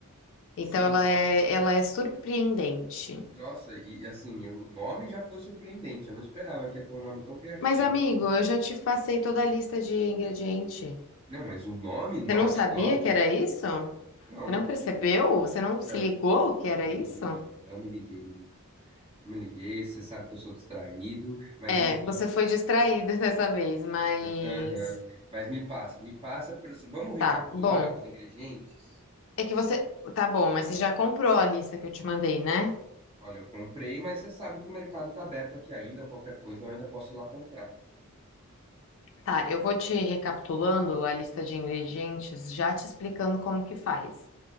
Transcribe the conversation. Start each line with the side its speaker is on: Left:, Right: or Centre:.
Left: Então
Right: sei,
Left: ela
Right: nossa,
Left: é, ela é surpreendente.
Right: nossa, e assim, eu- o nome já foi surpreendente, eu não esperava que ia ter um nome tão criativo.
Left: Mas, amigo,
Right: Nossa.
Left: eu já te passei toda a lista de ingrediente.
Right: Não, mas o nome, Not
Left: Você não sabia
Right: Dog?
Left: que era isso? Você
Right: Não,
Left: não percebeu? Você não
Right: não,
Left: se ligou que era
Right: não
Left: isso?
Right: me liguei, não me liguei, menina. Não me liguei, você sabe que eu sou distraído, mas
Left: É,
Right: enfim.
Left: você foi distraído <laughs> dessa vez, mas
Right: Aham. Mas me passa, me passa. por- Vamos recapitular
Left: tá, bom.
Right: os ingredientes?
Left: É que você tá bom, mas você já comprou a lista que eu te mandei, né?
Right: Olha, eu comprei, mas você sabe que o mercado tá aberto aqui ainda. Qualquer coisa eu ainda posso ir lá comprar.
Left: Tá, eu vou te recapitulando a lista de ingredientes, já te explicando como que faz.